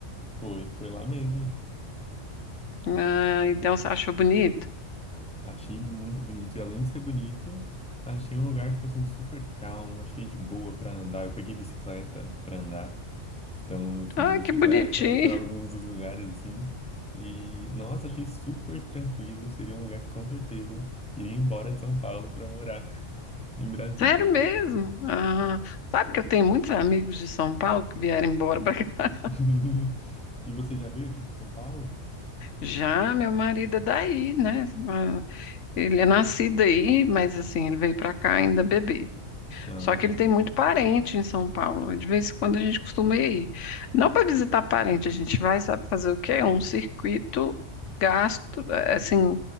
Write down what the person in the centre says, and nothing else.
Foi, foi lá mesmo.
Achei muito bonito. E além de ser bonito, achei um lugar, tipo assim, super calmo, achei de boa pra andar. Eu peguei bicicleta pra andar. Então eu fui
de bicicleta
pra alguns dos lugares assim. E, nossa, achei super tranquilo. Seria um lugar que com certeza iria embora de São Paulo pra morar <laughs> em Brasília.
<laughs> E você já veio aqui pra São Paulo?
Ah,
entendi.